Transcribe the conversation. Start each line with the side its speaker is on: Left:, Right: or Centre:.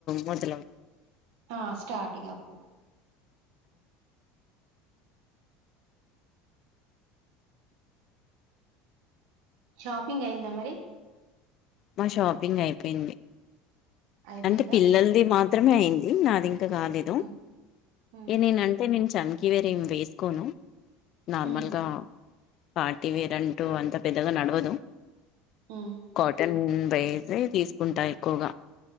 Left: మొదలవు
Right: ఆ స్టార్ట్ ఇగ అప్పుడు షాపింగ్ అయిందా మరి
Left: మా షాపింగ్ అయిపోయింది
Right: అయిపోయిందా
Left: అంటే పిల్లలది మాత్రమే అయింది ది నాది కాలేదు
Right: ఉమ్ ఉమ్
Left: ఏ నేనంటే నేను చని కవేరేమి వేసుకోను నార్మల్గా
Right: ఉమ్
Left: పార్టీ వేరంటూ అంత పెద్దగా నడవదు
Right: ఉమ్
Left: కాటన్ ప్రైజ తీసుకుంటా ఎక్కువగా